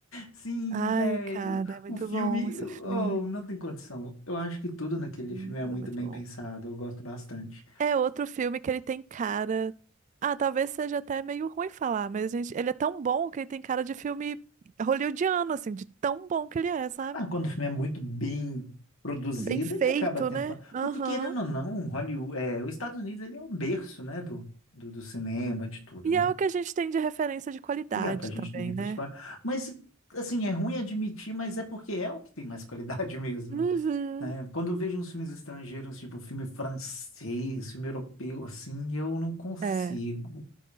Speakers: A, on the left; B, on the right.
A: sim,
B: Ai,
A: velho.
B: cara, é muito
A: O filme,
B: bom esse
A: oh,
B: filme.
A: não tem condição. Eu acho que tudo
B: Esse
A: naquele
B: filme
A: filme é muito
B: é muito
A: bem
B: bom.
A: pensado, eu gosto bastante.
B: É outro filme que ele tem cara. Ah, talvez seja até meio ruim falar, mas gente, ele é tão bom que ele tem cara de filme hollywoodiano, assim, de tão bom que ele é, sabe?
A: Ah, quando o filme é muito bem produzido,
B: Bem feito,
A: ele acaba tendo
B: né?
A: fama.
B: Aham.
A: Porque, querendo ou não, Hollywood, é, os Estados Unidos ele é o berço, né, do, do, do cinema, de tudo,
B: E
A: né?
B: é o que a gente tem de referência de qualidade
A: E é o que a gente
B: também,
A: tem que criticar.
B: né?
A: Mas, assim, é ruim admitir, mas é porque é o que tem mais qualidade <laughs> mesmo,
B: Uhum.
A: né? Quando eu vejo uns filmes estrangeiros, tipo filme francês, filme europeu, assim, eu não consigo.
B: É,